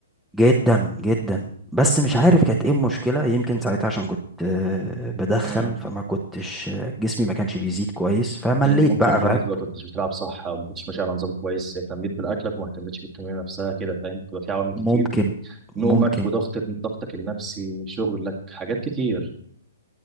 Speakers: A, in the centre; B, on the right (about 20°).
A: جدا جدا بس مش
B: مم.
A: عارف كانت ايه المشكلة يمكن ساعتها عشان كنت آه، بدخن
B: مم.
A: فما كنتش آه، جسمي ما كانش بيزيد كويس فمليت
B: ممكن
A: بقى
B: برضه
A: فاهم
B: تبقى كنتش بتلعب صح أو ما كنتش ماشي على نظام كويس اهتميت بالأكلك وما اهتمتش بالتمرين نفسها كده فاهم بتبقى في عوامل كتير
A: ممكن
B: نومك
A: ممكن
B: وضغط ضغطك النفسي شغلك حاجات كتير